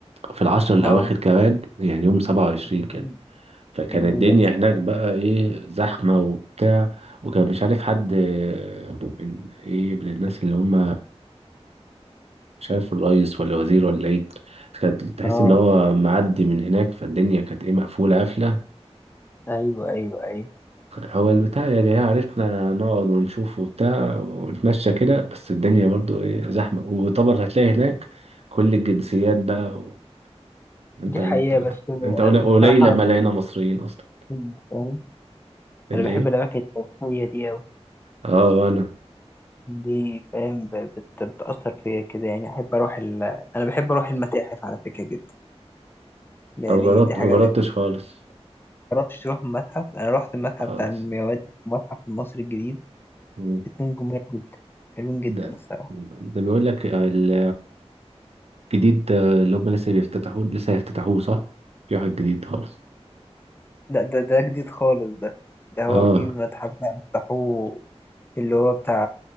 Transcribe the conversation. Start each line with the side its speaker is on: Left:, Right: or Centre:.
Right: في العشر الاواخر
Left: اه
Right: كمان يعني يوم 27
Left: جميل-
Right: كده فكان
Left: جميله
Right: الدنيا
Left: دي
Right: هناك بقى ايه زحمة وبتاع وكان مش عارف حد آه، من ايه من الناس اللي هم مش عارف الرئيس ولا وزير ولا ايه كانت تحس
Left: اه
Right: ان هو معدي من هناك فالدنيا كانت ايه مقفولة قافلة
Left: ايوه ايوه ايوه
Right: هو البتاع يعني إيه، عرفنا نقعد ونشوف وبتاع ونتمشى كده بس الدنيا برضو ايه زحمة وطبعا هتلاقي هناك كل الجنسيات بقى و- انت
Left: دي حقيقه
Right: انت
Left: بس آه،
Right: انت قليل قليل
Left: بصراحه
Right: لما
Left: انا
Right: لقينا مصريين اصلا
Left: بحب- فاهم؟
Right: الايه
Left: انا بحب الاماكن التاريخيه دي أوي.
Right: اه وانا
Left: دي فاهم ب- بت- بتأثر فيا كده يعني أحب أروح ال... أنا بحب أروح المتاحف على فكرة جدا يعني
Right: أو جربت
Left: دي حاجة
Right: ما جربتش
Left: غير-
Right: خالص
Left: مجربتش تروح متحف أنا رحت المتحف
Right: خالص
Left: بتاع المومياوات المتحف المصري الجديد
Right: مم.
Left: اتنين جمال جدا حلوين جدا
Right: ده
Left: الصراحة
Right: ده بيقول لك ال- الجديد ده اللي هم لسه بيفتتحوه لسه هيفتتحوه صح؟ في واحد جديد خالص
Left: لا ده ده جديد خالص ده ده هو
Right: اه
Left: في متحف بقى فتحوه اللي هو بتاع